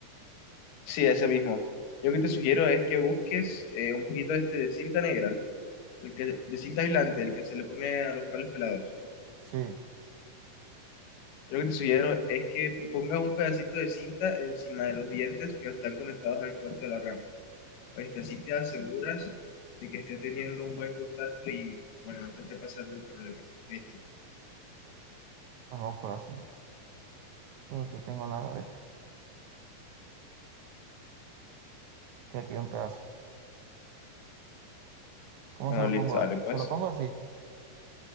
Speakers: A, on the left; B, on the right.
A: Sí, ese mismo. Yo lo que te sugiero es que busques eh, un poquito este de cinta negra, el que, de cinta aislante, el que se le pone a los cables pelados.
B: sí,
A: Yo lo que te sugiero es que pongas un pedacito de cinta encima de los dientes que están conectados al puerto de la RAM. este, así te aseguras de que esté teniendo un buen contacto y, bueno, no te esté pasando el problema, ¿viste?
B: vamos por la cinta. Pero aquí tengo una gaveta. Tiene aquí un pedazo. ¿Cómo
A: Bueno,
B: se lo
A: listo,
B: pongo?
A: dale,
B: a-
A: pues.
B: Se lo pongo así.